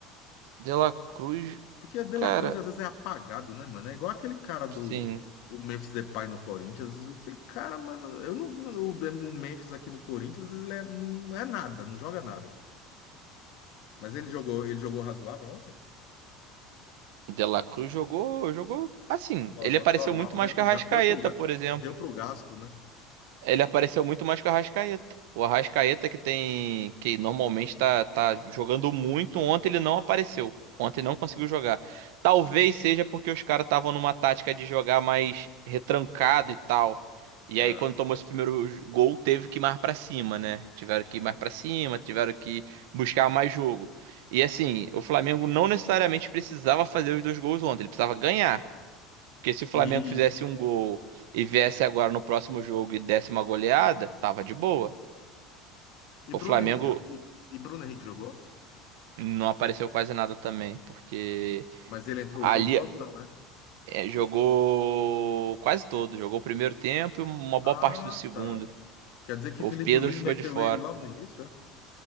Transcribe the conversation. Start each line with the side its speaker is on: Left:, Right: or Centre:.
Right: De La Cruz,
Left: Porque a De
Right: cara,
Left: La Cruz às vezes é apagado, né, mano? É igual aquele cara do
Right: sim.
Left: o Memphis Depay no Corinthians. Aquele cara, mano, eu não o, De- o Memphis aqui no Corinthians, ele é- não é nada, não joga nada. Mas ele jogou, ele jogou razoável ontem?
Right: De La Cruz jogou, jogou, assim,
Left: Normal,
Right: ele apareceu
Left: normal,
Right: muito mais
Left: né?
Right: que
Left: O
Right: a Arrascaeta,
Left: ga- Deu pro, ga-
Right: por exemplo.
Left: deu pro gasto, né?
Right: Ele apareceu muito mais que o Arrascaeta. O Arrascaeta que tem, que normalmente tá, tá jogando muito, ontem ele não apareceu. Ontem não conseguiu jogar. Talvez seja porque os caras estavam numa tática de jogar mais retrancado e tal. E
Left: É,
Right: aí quando tomou esse primeiro j- gol, teve que ir mais pra cima, né? Tiveram que ir mais
Left: é.
Right: pra cima, tiveram que buscar mais jogo. E assim, o Flamengo não necessariamente precisava fazer os dois gols ontem, ele precisava ganhar. Porque se o Flamengo
Left: Isso.
Right: fizesse um gol e viesse agora no próximo jogo e desse uma goleada, tava de boa.
Left: E Bruno
Right: O Flamengo
Left: Henrique, jo- e, e Bruno Henrique jogou?
Right: não apareceu quase nada também, porque
Left: Mas ele entrou
Right: ali
Left: o jogo todo, não, né?
Right: eh, jogou quase todo, jogou o primeiro tempo e uma boa
Left: Ah,
Right: parte do segundo.
Left: cara. Quer dizer que
Right: O
Left: Felipe
Right: Pedro
Left: Luiz
Right: ficou
Left: meteu
Right: de fora.
Left: ele logo no início,